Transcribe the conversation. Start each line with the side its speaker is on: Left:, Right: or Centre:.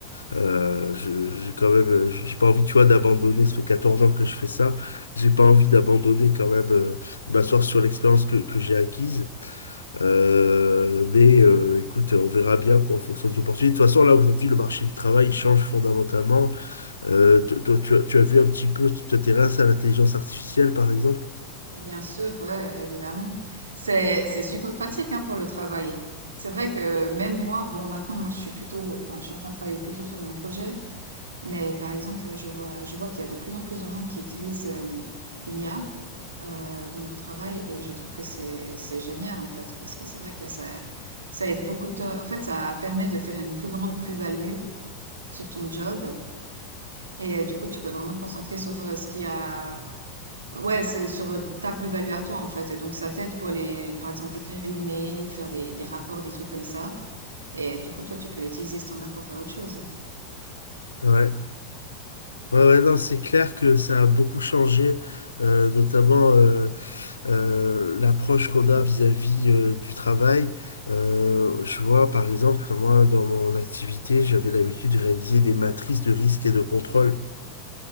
Left: euh, je- j'ai quand même, euh, j'ai pas envie, tu vois, d'abandonner. Ça fait 14 ans que je fais ça. J'ai pas envie d'abandonner quand même, euh, de m'asseoir sur l'expérience que, que j'ai acquise. Euh, mais euh, écoute, on verra bien quoi en fonction des opportunités. De toute façon, là aujourd'hui, le marché du travail il change fondamentalement. Euh, to- toi, tu as, tu as vu un petit peu, tu t'intéresses à l'intelligence artificielle, par exemple?
Right: Bien sûr, ouais, évidemment. C'est c'est super pratique hein, pour le travail. C'est vrai que même moi, bon maintenant moi je suis plutôt, enfin je suis en train de travailler plutôt sur mon projet, Mais par exemple, je vois, je vois qu'il y a de plus en plus de monde qui utilise euh, l'IA euh, dans leur travail et je trouve que c'est c'est génial en fait parce que c'est vrai que ça ça aide beaucoup de, en fait ça permet de faire une plus grande plus-value sur ton job et euh, du coup tu peux vraiment te concentrer sur euh, ce qu'il y a ouais c'est- sur euh, ta plus-value à toi en fait Et donc ça t'aide pour les par exemple écrire des mails, faire des des rapports, des trucs comme ça et du coup toi tu peux utiliser ce temps-là pour faire autre chose.
Left: Ouais. Ouais, ouais, non, c'est clair que ça a beaucoup changé, euh, notamment. euh, euh, l'approche qu'on a vis-à-vis euh, du travail. Euh, je vois, par exemple, moi, dans mon activité, j'avais l'habitude de réaliser des matrices de risque et de contrôle.